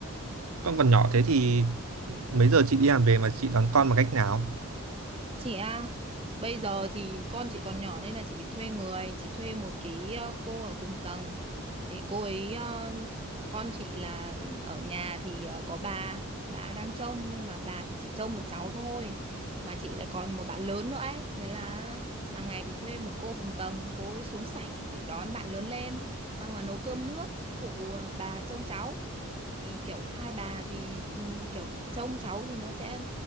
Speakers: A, on the right; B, on the right.
A: Con còn nhỏ thế thì mấy giờ chị đi làm về mà chị đón con bằng cách nào?
B: Chị à, bây giờ thì con chị còn nhỏ nên là chị phải thuê người, chị thuê một cái ờ, cô ở cùng tầng để cô ấy ờ, con chị là ở nhà thì ờ, có bà, bà đang trông nhưng mà bà thì chỉ trông được cháu thôi. Mà chị lại còn một bạn lớn nữa ấy, thế là hàng ngày phải thuê một cô cùng tầng, cô ấy xuống sảnh để đón bạn lớn lên, xong là nấu cơm nước, phụ ờ, bà trông cháu. Thì kiểu hai bà thì ừ, kiểu trông cháu thì nó sẽ